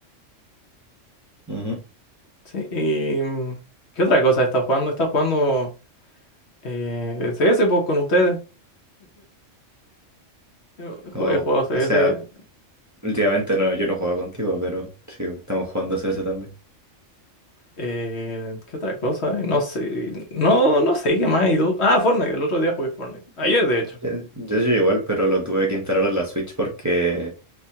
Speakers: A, on the right; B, on the left.
A: Ujú.
B: Sí, y mm, ¿qué otra cosa estás jugando? Estás jugando eh, CS pues, con ustedes. Yo
A: Como-
B: jue- He jugado CS.
A: o sea, últimamente no, yo no juego contigo, pero sí, estamos jugando CS también.
B: eh, ¿qué otra cosa? No sé. No, no sé qué más. hay du- Ah, Fortnite, el otro día jugué Fortnite. Ayer, de hecho.
A: Eh, Yo soy igual, pero lo tuve que instalar en la Switch porque